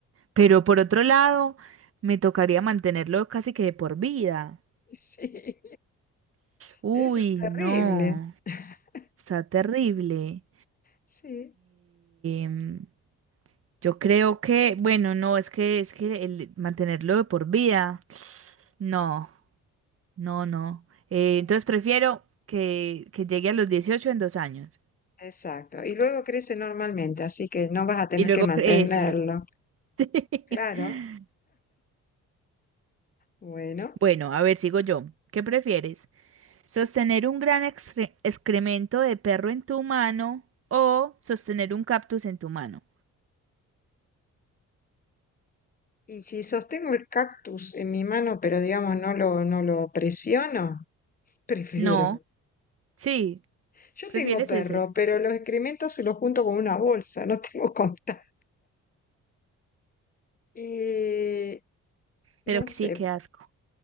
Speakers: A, on the right (about 50°); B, on the left (about 30°).
A: Pero por otro lado, me tocaría mantenerlo casi que de por vida.
B: <laughs> sí,
A: Uy,
B: eso es terrible.
A: no,
B: <laughs>
A: está terrible.
B: Sí,
A: Em, yo creo que, bueno, no, es que es que el mantenerlo de por vida, <sniffs> no, no, no. Eh, entonces prefiero que, que llegue a los 18 en dos años.
B: exacto. Y luego crece normalmente, así que no vas a tener
A: Y luego,
B: que mantenerlo.
A: cre- eso. y luego- <laughs>
B: Claro, bueno.
A: Bueno, a ver, sigo yo. ¿Qué prefieres? Sostener un gran excre- excremento de perro en tu mano o sostener un cactus en tu mano.
B: Y si sostengo el cactus en mi mano, pero digamos no lo, no lo presiono, <laughs> prefiero.
A: No, sí,
B: Yo
A: prefieres
B: tengo perro,
A: ese,
B: pero los excrementos se los junto con una bolsa, no tengo <laughs> contacto. y
A: pero
B: no
A: que
B: sé,
A: sí, qué asco.